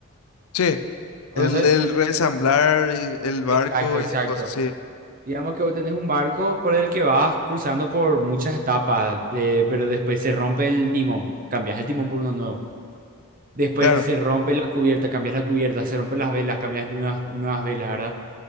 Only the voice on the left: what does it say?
Sí,
el del resamblar, y el barco,
esas cosas, sí.
Claro,